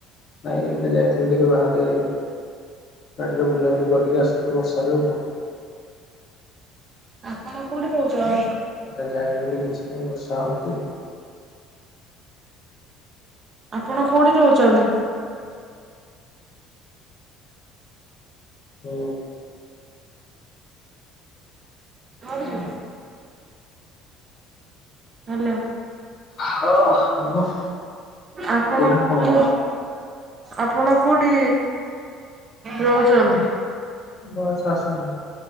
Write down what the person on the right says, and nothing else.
ଆପଣ କୋଉଠି ରହୁଛନ୍ତି?
ଆପଣ କୋଉଠି ରହୁଚନ୍ତି?
କୁଆଡ଼େ ଯିବୁ ହାଲୋ
ଆପଣକୁ
ଆପଣ କୋଉଠି ରହୁଚନ୍ତି?